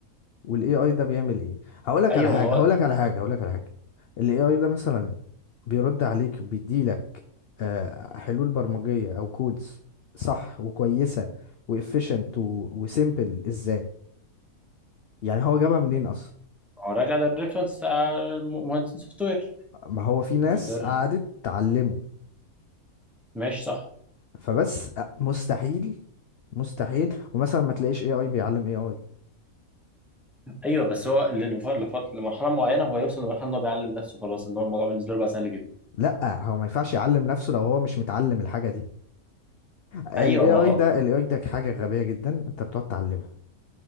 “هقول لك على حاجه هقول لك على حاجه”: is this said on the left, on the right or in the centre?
Left